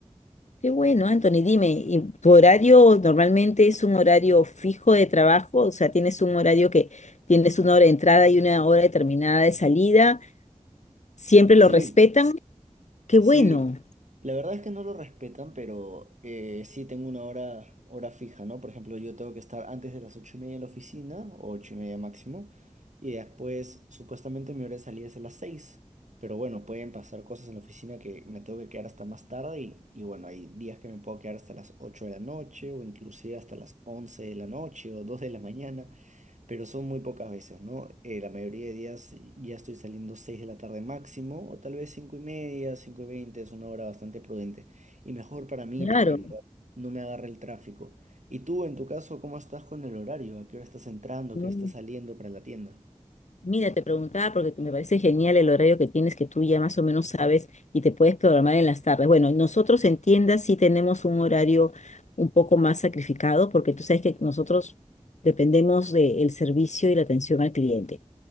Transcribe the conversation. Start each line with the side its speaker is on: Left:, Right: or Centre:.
Left: Qué bueno, Anthony, dime, ¿y ¿tu horario normalmente es un horario fijo de trabajo? O sea, ¿tienes un horario que tienes una hora de entrada y una hora determinada de salida? ¿Siempre
Right: Sí.
Left: lo respetan? Qué
Right: Sí,
Left: bueno,
Right: la verdad es que no lo respetan, pero eh, sí tengo una hora, hora fija, ¿no? Por ejemplo, yo tengo que estar antes de las ocho y media en la oficina, o ocho y media máximo, y después supuestamente mi hora de salida es a las seis. Pero bueno, pueden pasar cosas en la oficina que me tengo que quedar hasta más tarde y, y bueno, hay días que me puedo quedar hasta las 8 de la noche o inclusive hasta las 11 de la noche o dos de la mañana pero son muy pocas veces, ¿no? Eh, la mayoría de días ya estoy saliendo 6 de la tarde máximo, o tal vez 5 y media, 5 y 20, es una hora bastante prudente y mejor para mí
Left: claro.
Right: porque en verdad no me agarra el tráfico. ¿Y tú, en tu caso, cómo estás con el horario? ¿A qué hora estás entrando? ¿A
Left: Mm.
Right: qué hora estás saliendo para la tienda?
Left: Mira, te preguntaba porque me parece genial el horario que tienes, que tú ya más o menos sabes y te puedes programar en las tardes. Bueno, nosotros en tiendas sí tenemos un horario un poco más sacrificado porque tú sabes que nosotros dependemos del servicio y la atención al cliente.